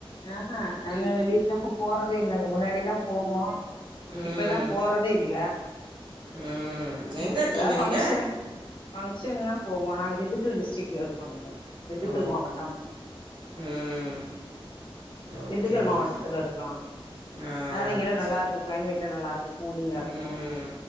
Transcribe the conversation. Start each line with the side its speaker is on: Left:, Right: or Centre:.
Left: ஆஹா நாங்க வெளியல இப்பொ போறதெ இல்லங்க முன்னாடிலா போவோ
Right: ம்
Left: இப்பல்லா போறதே இல்ல
Right: ம்
Left: உ
Right: எங்கே இருக்கீங்க
Left: எதா ஃபங்ஷன்
Right: நீங்கள்
Left: ஃபங்க்ஷன்னா போவோ நாங்க திண்டுக்கல் டிஸ்ட்ரிக்ல இருக்கோங்க
Right: ஓ
Left: <unintelligible> மாவட்டம்
Right: ம் ஓகே
Left: திண்டுக்கல் மாவட்டத்துல
Right: ஓகே
Left: இருக்கோ
Right: ஆ
Left: அதால இங்க எல்லா நல்லா
Right: சரி
Left: இருக்கு கிளைமேட்ல நல்லா இருக்கு கூலிங்கா
Right: ம்
Left: இருக்கு